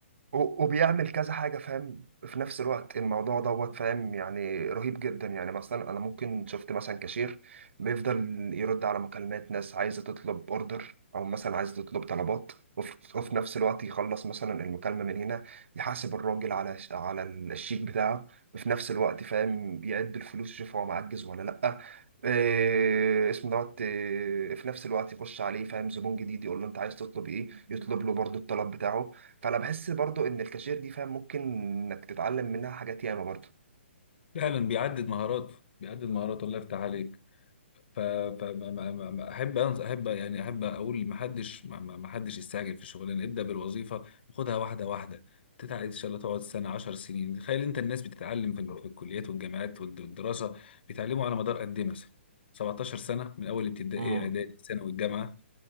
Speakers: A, on the right (about 70°); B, on the left (about 55°).
A: و- وبيعمل كذا حاجة فاهم في نفس الوقت الموضوع دوت فاهم يعني رهيب جدا يعني مثلا أنا ممكن شفت مثلا كاشير بيفضل يرد على مكالمات ناس عايزة تطلب أوردر أو مثلا عايزة تطلب طلبات وف- وفي نفس الوقت يخلص مثلا المكالمة من هنا يحاسب الراجل على ش- على الشيك بتاعه وفي نفس الوقت فاهم يعد الفلوس يشوف هو معجز ولا لأ إيه اسمه دوت إيه في نفس الوقت يخش عليه فاهم زبون جديد يقول له انت عايز تطلب ايه يطلب له برضو الطلب بتاعه فانا بحس برضو ان الكاشير دي فاهم ممكن انك تتعلم منها حاجات ياما برضو
B: فعلا بيعدد مهاراته بيعدد مهاراته الله يفتح عليك فاحب احب يعني احب اقول ما حدش ما ما- ما حدش يستعجل في الشغلانه ابدا بالوظيفه وخدها واحده واحده تتعلم ان شاء الله تقعد سنه 10 سنين تخيل انت الناس بتتعلم في ال- في الكليات والجامعات والد- والدراسه بيتعلموا على مدار قد ايه مثلا 17 سنه من اول ابتدائي
A: امم
B: اعدادي ثانوي الجامعه